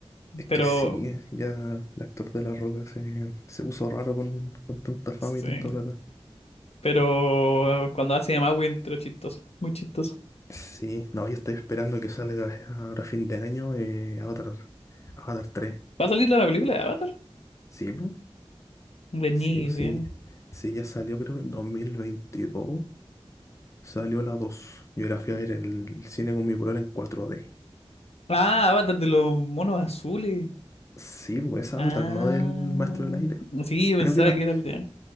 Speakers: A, on the left; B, on the left.
A: Es
B: Pero
A: que sí, ya el actor de La Roca se, se puso raro con, con tanta fama
B: sí,
A: y tanta plata.
B: pero cuando hace de Maui entró chistoso, muy chistoso.
A: Sí, no, yo estoy esperando que salga ahora fin de año eh, Avatar, Avatar tres
B: ¿Va a salir la película de Avatar?
A: Sí, pues,
B: De ni
A: sí, pues,
B: idea.
A: sí, sí, ya salió creo que el 2022. Salió la dos Yo la fui a ver en el cine con mi polola en cuatro d
B: Ah, Avatar de los monos azules.
A: Sí, pues esa
B: Ah,
A: Avatar, no del Maestro del Aire.
B: sí, pensaba
A: Creo que ta-
B: que era el de